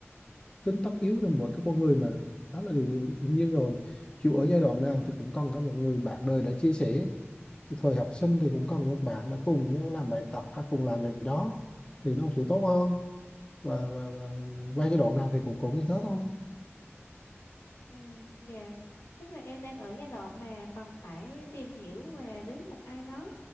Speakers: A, on the left; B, on the left.
A: tính tất yếu trong mỗi cái con người mà đó là điều hiển nhiên rồi chịu ở giai đoạn nào thì cũng cần có một người bạn đời để chia sẻ thời học sinh thì cũng cần một bạn để cùng nhau làm bài tập hay cùng làm gì đó thì nó sẽ tốt hơn và và và qua giai đoạn nào thì cũng cũng như thế thôi
B: ừ dạ chắc là em đang ở giai đoạn mà cần phải tìm hiểu và đến một ai đó